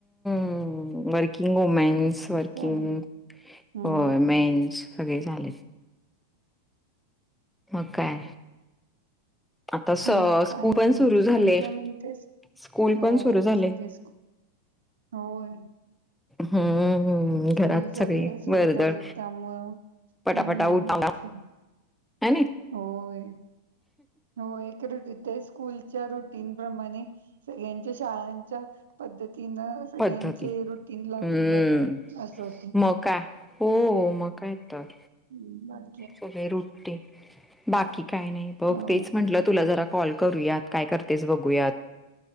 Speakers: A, in the centre; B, on the right.
A: हम्म, वर्किंग वुमेन्स वर्किंग
B: त्यामुळे हम्म
A: होय. मेन्स सगळे झाल्यात. मग काय. आता स
B: मग काय
A: स्कूल पण
B: आणि
A: सुरू झाले
B: आणि काय म्हणतेस?
A: स्कूल
B: हो
A: पण सुरू झाले
B: सगळेच खूप होय.
A: हम्म
B: स्कूलच
A: घरात
B: सगळे
A: सगळी
B: सुरू
A: वर्दळ
B: झालय त्यामुळं.
A: पटापटा
B: हम्म
A: उठालाय ह, नै.
B: होय हो एक रुी ते स्कूलच्या रुटीन प्रमाणे. सगळ्यांच्या शाळांच्या पद्धतीनं सगळ्यांचे
A: पद्धती
B: रुटीन लागून
A: हम्म
B: जातात. अस होतय.
A: मग काय हो, हो मग काय तर.
B: हम्म, बर.
A: सगळे रुटीन बाकी काही नाही बघ
B: हो
A: तेच म्हंटलं तुला जरा. कॉल करूयात काय करतेस बघूयात.